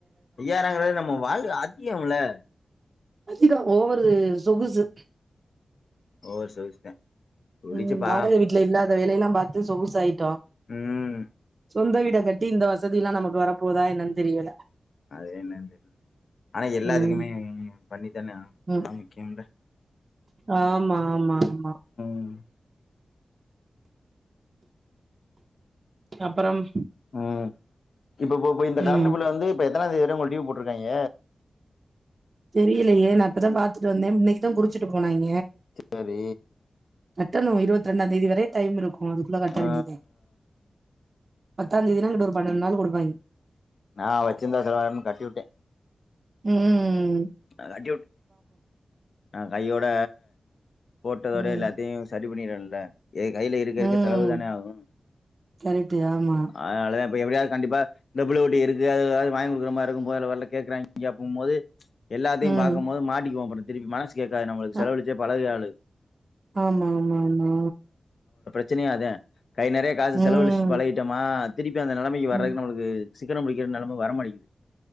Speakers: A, on the left (about 65°); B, on the right (about 50°).
A: ஐய்யாரங்கறத நம்ம வாழ் திகம்ல
B: அதிக ஓ ஒரு சொகுசு
A: ஓவர் சொல்லிட்டேன். புடிச்சு
B: உம்
A: பா
B: வாடகை வீட்ல இல்லாத வேலையெல்லா பாத்த இது சொகுசாய்டோ
A: உம்
B: சொந்த வீட கட்டி இந்த வசதி எல்லா நமக்கு வரப்போதா என்னன்னு தெரியல
A: அது என்ன ஆனா எல்லாத்துக்குமே
B: ம்
A: பண்ணித்தானே ஆகனு
B: ம்
A: நாஜமுக்கியம்ல்ல
B: ஆமா ஆமா ஆமா
A: உம்
B: அப்பறம்
A: ஆ இப்ப இ இந்த
B: ம்
A: கரண்டு பில்லு வந்து எத்தனாந்தேதி வர ஒங்களுக்கு டீவ் போட்டுருக்காங்க
B: தெரியலையே நா இப்பதா பாத் தும் இன்னைக்குதா குறுச்சிட்டு போனாங்க
A: சரி
B: கட்டணு இருபத்தி ரெண்டாம் தேதி வரை டைம் இருக்கு அதுக்குள்ள கட்ட
A: ஆ
B: வேண்டியதுதா பத்தாம் தேதினா அங்குட்டு ஒரு பன்னெண்டு நாள் வரு வை
A: நா வச்சிருந்தா செலவாய்ரு கட்டி விட்டே
B: உம்
A: ந கட்டி விட் நா கையோட போட்டதோட
B: ம்
A: எல்லாத்தையு சரி இது பண்ணினேல்ல ஏ கையில இருக்க
B: ம்
A: இருக்க செலவு தான ஆகு
B: கரெக்ட்டு ஆமா
A: அதனால இப்ப எப்படியாவ கண்டிப்பா இந்த புள்ள குட்டிக இருக்குக ஏதாவது வாங்கி குடுக்குறமாரி இருக்கு போகேல வறேல கேக்குறாங்க அப்டின்போது எல்லாத்தையு
B: ம்
A: பாக்கும்போது மாட்டிக்குவோ பெறகு குமா கேட்டா நம்மளுக்கு
B: அ
A: செலவழிச்சு பழையாளு
B: ஆமா ஆமா ஆமா
A: ச்சனை அதே கை நெறைய காசு
B: ம்
A: செலவழிச்சிட்டு பழயிட்டமா அந்த நெலைமைக்கு வர்றதுக்கு
B: ம்
A: நம்மளுக்கு சிக்கனம் புடிக்கிறது நெலம வரமாட்டக்கு